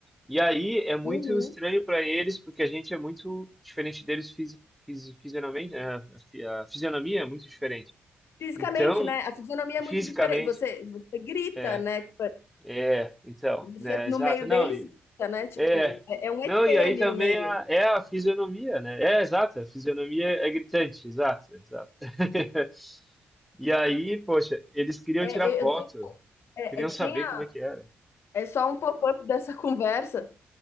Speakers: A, in the centre; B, on the left (about 70°).
A: E aí é muito
B: Uhum.
A: estranho para eles, porque a gente é muito diferente deles fisi fisi fisionomamente, né? A fi- a fisionomia é muito diferente.
B: Fisicamente,
A: Então,
B: né? A fisionomia é
A: fisicamente,
B: muito diferente. Você, você grita,
A: é,
B: né?
A: é, então,
B: Você
A: né,
B: no
A: exato,
B: meio
A: não,
B: deles
A: e-
B: grita, né? Tipo,
A: é.
B: é, é um
A: Não,
B: ET
A: e aí
B: ali
A: também
B: no meio.
A: a- é a fisionomia, né? É, exato, a fisionomia é gritante, exato, exato. <laughs> E aí, poxa, eles queriam
B: É,
A: tirar foto,
B: eu eu tenho, é,
A: queriam
B: é que
A: saber
B: nem a.
A: como é que era.
B: É só um pop-up dessa conversa.